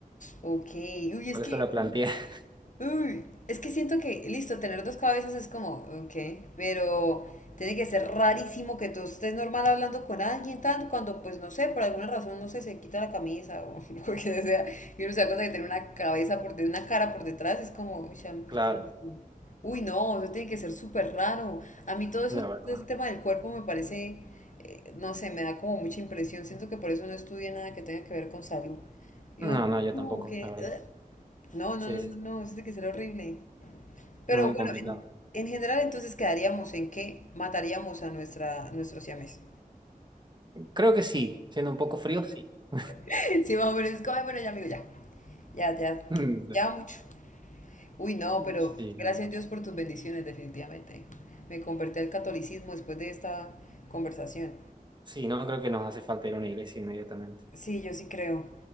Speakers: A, on the left; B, on the right.
A: ok. Uy, es
B: Por
A: que
B: eso la planteé. <laughs>
A: Uy, es que siento que, listo, tener dos cabezas es como, ok, pero tiene que ser rarísimo que tú estés normal hablando con alguien tanto cuando, pues no sé, por alguna razón, no sé, se quita la camisa o <laughs> lo que sea, y uno se da cuenta que tiene una cabeza por de una cara por detrás, es como, uy, chamo, pues,
B: Claro,
A: ¿qué es esto? Uy, no, eso tiene que ser súper raro. A mí todo eso,
B: la verdad.
A: ese tema del cuerpo me parece, eh, no sé, me da como mucha impresión. Siento que por eso no estudié nada que tenga que ver con salud. Y
B: No,
A: uno,
B: no, yo
A: como
B: tampoco,
A: que,
B: la verdad.
A: no, no,
B: Sí,
A: no,
B: sí,
A: no, no, eso tiene que ser horrible. Pero
B: muy
A: bueno,
B: complicado.
A: en, en general entonces quedaríamos en que mataríamos a nuestra, nuestro siamés.
B: Creo que sí, siendo un poco frío, sí. <laughs>
A: <laughs> Sí, más o menos, es como, "Ay, bueno, ya amigo, ya, ya, ya,
B: Mm,
A: ya mucho. Uy, no,
B: Sí,
A: pero gracias
B: la verdad.
A: Dios por tus bendiciones, definitivamente. Me convertí al catolicismo después de esta conversación.
B: Sí, no, creo que nos hace falta ir a una iglesia inmediatamente.
A: Sí, yo sí creo.